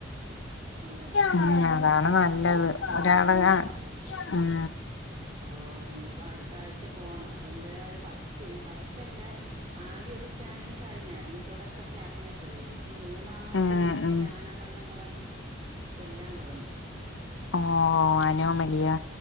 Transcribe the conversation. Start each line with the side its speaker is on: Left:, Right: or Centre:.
Right: ഓ
Left: ഉം അതാണ് ന നല്ലത് ഒരാള മം
Right: ഓ ഇനിയിപ്പോ അടുത്ത ആഴ്ച പോണം എന്തേല ഒരു ഫസ്റ്റ് ഫസ്റ്റ് അല്ല ആദ്യോരു ഒരു സ്കാനിങ് കഴിഞ്ഞായിരുന്നു തുടക്കത്തിൽ അറിഞ്ഞപ്പോഴേ ഇനി മൂന്നാ മാസിയത്തെ
Left: ഉം
Right: ഏതാ ഒരു
Left: ഉം
Right: സ്കാൻ ഉണ്ടെന്നും പറഞ്ഞ് ചെല്ലാൻ പറഞ്ഞ്
Left: ഓ അനോമലിയ